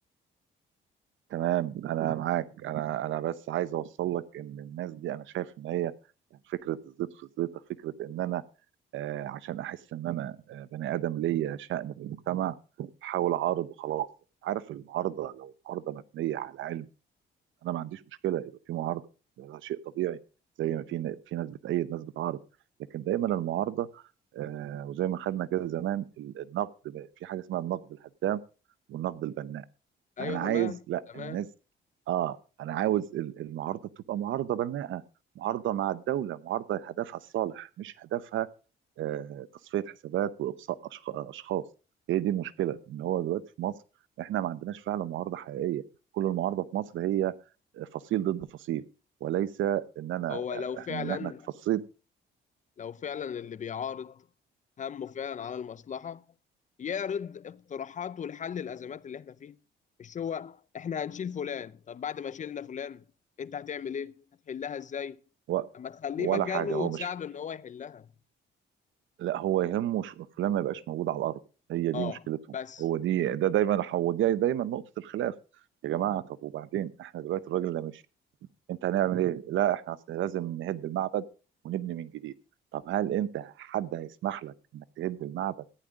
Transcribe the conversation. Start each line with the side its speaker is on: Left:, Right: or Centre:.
Right: تمام انا معاك انا انا بس عايز اوصل لك ان الناس دي انا شايف ان هي فكره الزيط في الزيطه فكره ان انا آه، عشان احس ان انا آه، بني ادم ليا شأن في المجتمع بحاول اعارض وخلاص عارف المعارضه لو المعارضه مبنيه على علم انا ما عنديش مشكله يبقى في معارضه ده شيء طبيعي زي ما في في ناس بتأيد ناس بتعارض لكن دايما المعارضه آه، وزي ما خدنا كده زمان ال- النقد في حاجه اسمها النقد الهدام والنقد البناء
Left: ايوه
Right: انا
Left: تمام
Right: عايز لا
Left: تمام
Right: الناس اه انا عاوز ال- المعارضه تبقى معارضه بناءه معارضه مع الدوله معارضه هدفها الصالح مش هدفها آه، تصفية حسابات وإقصاء أشخ- أشخاص هي دي المشكلة إن هو دلوقتي في مصر إحنا ما عندناش فعلا معارضة حقيقية كل المعارضة في مصر هي فصيل ضد فصيل وليس إن أنا
Left: هو لو فعلا
Right: إن إحنا كفصيل
Left: لو فعلا اللي بيعارض همه فعلا على المصلحة يعرض اقتراحاته لحل الأزمات اللي احنا فيها مش هو احنا هنشيل فلان طب بعد ما شيلنا فلان انت هتعمل ايه؟ هتحلها ازاي؟
Right: و-
Left: اما تخليه
Right: ولا
Left: مكانه
Right: حاجة
Left: وتساعده
Right: هو مش
Left: ان هو يحلها
Right: لا هو يهمه ش- فلان ما يبقاش موجود على الأرض هي دي
Left: اه
Right: مشكلتهم
Left: بس
Right: هو دي ده دايما هو دي دايما نقطة الخلاف يا جماعة طب وبعدين إحنا دلوقتي الراجل ده مشي انت هنعمل ايه؟ لا احنا اصل لازم نهد المعبد ونبني من جديد. طب هل انت حد هيسمح لك انك تهد المعبد